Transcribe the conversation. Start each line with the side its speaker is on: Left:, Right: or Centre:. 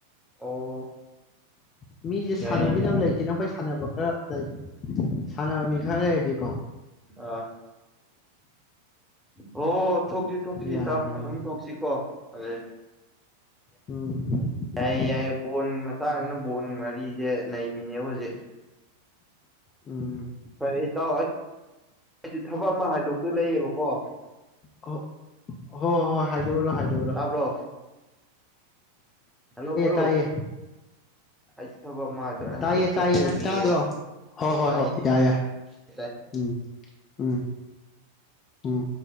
Centre: ꯑꯣ
Left: ꯎ ꯃꯤꯁꯦ
Centre: ꯌꯥꯏ
Left: ꯁꯥꯟꯕꯤꯅꯕ
Centre: ꯌꯥꯏ
Left: ꯂꯩꯇꯦ ꯁꯥꯟꯅꯕ ꯈꯔ ꯂꯩ ꯁꯥꯟꯅꯕ ꯃꯤ ꯈꯔ ꯂꯩꯔꯗꯤꯀꯣ
Centre: ꯑꯥ ꯍꯣ ꯊꯣꯛꯁꯤ ꯊꯣꯛꯁꯤ
Left: ꯌꯥꯕꯅꯤꯅꯦ
Centre: ꯏꯇꯥꯎ ꯑꯗꯨꯝ ꯊꯣꯛꯁꯤ ꯀꯣ ꯑꯗꯦ
Left: ꯎꯝ
Centre: ꯌꯥꯏꯌꯦ
Left: ꯎꯝ
Centre: ꯌꯥꯏꯌꯦ ꯕꯣꯟ ꯃꯇꯥꯡꯁꯤꯅ ꯕꯣꯟꯒꯤ ꯃꯔꯤꯁꯦ ꯅꯩꯃꯤꯅꯦ ꯍꯧꯖꯤꯛ
Left: ꯎꯝ
Centre: ꯐꯔꯦ ꯏꯇꯥꯎ ꯑꯩꯁꯨ ꯊꯕꯛ ꯑꯃ ꯍꯥꯏꯗꯣꯛꯇꯨ ꯂꯩꯌꯦꯕꯀꯣ
Left: ꯍ ꯍꯣꯍꯣꯍꯣ ꯍꯥꯏ ꯗꯣꯎꯔꯣ ꯍꯥꯢꯗꯣꯎꯔꯣ
Centre: ꯇꯥꯕ꯭ꯔꯣ ꯍꯜꯂꯣ ꯃꯔꯨꯞ
Left: ꯇꯥꯏꯌꯦ
Centre: ꯑꯩ ꯊꯕꯛ ꯑꯃ ꯍꯥꯏꯗꯣꯔꯦ
Left: ꯇꯥꯏꯌꯦ
Centre: ꯍꯥꯏꯐꯦꯠ ꯆꯠꯊꯣꯛꯎꯈꯤꯒꯦ
Left: ꯇꯥꯏꯌꯦ ꯅꯪ ꯇꯥꯗ꯭ꯔꯣ ꯍꯣꯏ ꯍꯣꯏ
Centre: ꯇꯥꯏ
Left: ꯍꯣꯏ ꯌꯥꯏ ꯌꯥꯏ
Centre: ꯇꯥꯏ
Left: ꯎꯝ ꯎꯝ ꯎꯝ